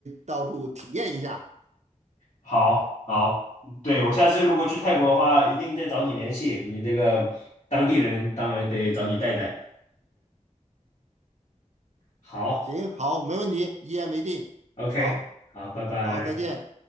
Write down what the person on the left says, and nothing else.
好，好，嗯对，我下次如果去泰国的话，一定再找你联系。你这个当地人当然得找你带带。好
，OK，
好，拜拜。